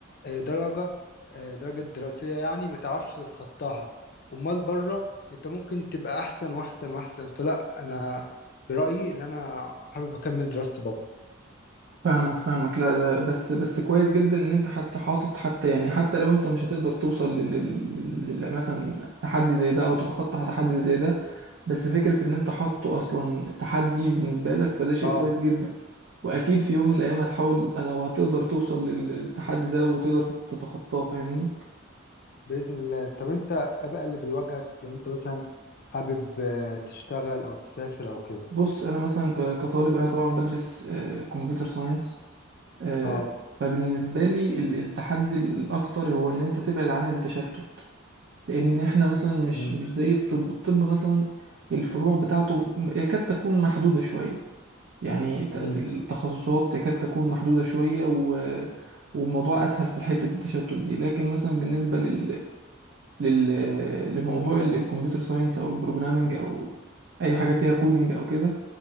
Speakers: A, on the left; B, on the right.
A: آه، درجة آه، درجة دراسية يعني ما تعرفش تتخطاها امال بره انت ممكن تبقى احسن واحسن واحسن فلا انا برأيي اللي انا حابب اكمل دراستي بره
B: فاهمك فاهمك لا ده بس بس كويس جدا ان انت حتى حاطط حتى يعني حتى لو انت مش هتقدر توصل لل... لل... لل- مثلا تحدي زي ده او تتخطى تحدي زي ده بس فكرة ان انت حاطه اصلا تحدي بالنسبة لك فده شيء
A: اه
B: كويس جدا واكيد في يوم من الايام هتحاول لو هتقدر توصل لل- للتحدي ده وتقدر تت- تتخطاه فاهمني
A: بإذن الله طب انت ايه بقى اللي بيواجهك لو انت مثلا حابب آه، تشتغل او تسافر او كده
B: بص انا مثلا ك- كطالب انا طبعا بدرس آه، كمبيوتر ساينس آه،
A: اه
B: فبالنسبة لي ال- التحدي الاكتر هو ان انت تبعد عن التشتت لان احنا مثلا مش
A: امم
B: مش زي الطب الطب مثلا الفروع بتاعته يكاد تكون محدودة شوية يعني ت- ت-
A: امم
B: التخصصات يكاد تكون محدودة شوية و... وموضوع اسهل في حتة التشتت دي لكن مثلا بالنسبة لل... لل... لموضوع ال- الكمبيوتر ساينس او البروجرامينج او اي حاجة فيها كودينج او كده